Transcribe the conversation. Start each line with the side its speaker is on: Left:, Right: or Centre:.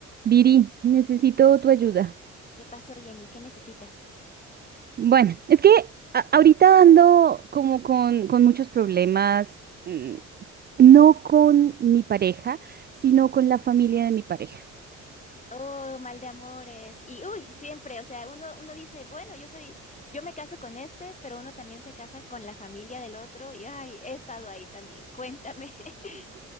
Right: Viri, necesito tu ayuda.
Left: ¿Qué pasó, Jenny? ¿Qué necesitas?
Right: Bueno, es que a- ahorita ando como con, con muchos problemas, mm, no con mi pareja, sino con la familia de mi pareja.
Left: Oh, mal de amores. Y uy, siempre, o sea, uno, uno dice, bueno, yo soy, yo me caso con este, pero uno también se casa con la familia del otro. Y ay, he estado ahí también. Cuéntame. <laughs>